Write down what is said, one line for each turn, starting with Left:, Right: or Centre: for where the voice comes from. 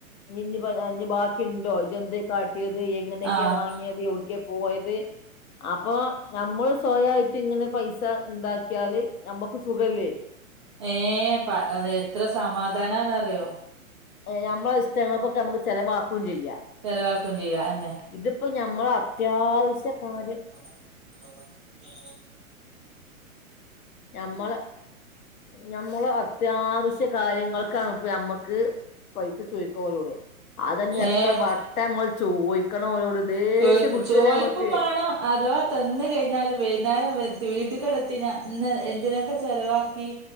Left: ഇഞ്ഞ് ഇഞ്ഞ് ബ ആ ഇഞ്ഞ് ബാക്കിണ്ടോ ഇജന്തേ കാട്ടിയത് എങ്ങനെയക്കെ
Right: ആഹ്
Left: വാങ്ങിയ യൗട്ക്കെ പോയത് അപ്പൊ നമ്മള് സ്വയ ആയിട്ട് ഇങ്ങനെ പൈസ ഇണ്ടാക്കിയാല് നമ്മക്ക് സുഖല്ലേ?
Right: ഏഹ് പ്പ അത് എത്ര സമാധാനാന്ന് അറിയോ.
Left: ഏ നമ്മളെ ഇഷ്ടങ്ങൾക്കൊക്കെ നമ്മക്ക് ചെലവാക്കും ചെയ്യാ.
Right: ചെലവാക്കും ചെയ്യാ അഹന്നെ.
Left: ഇത്പ്പോ ഞമ്മള അത്യാവശ്യ കാര്യം
Right: <unintelligible>
Left: നമ്മള നമ്മള് അത്യാവശ്യ കാര്യങ്ങൾ ക്കാണ് ഇപ്പ നമ്മക്ക് പൈസ ചോയ്ക്കും ഓലോട് അതന്നെ എത്ര
Right: ഏഹ്
Left: വട്ട നമ്മൾ ചോയ് ക്കണോലോട് ദേഷ്യം
Right: ചോയ്
Left: പിടിച്ചല്ലോ
Right: ചോയ്ക്കും
Left: നമ്മക്ക്
Right: വേണം അഥവാ തന്ന് കഴിഞ്ഞാലും വൈന്നേരം വെത്ത് വീട്ട്ക്കടത്തിഞ്ഞ ഇന്ന് എന്തിനൊക്കെ ചെലവാക്കി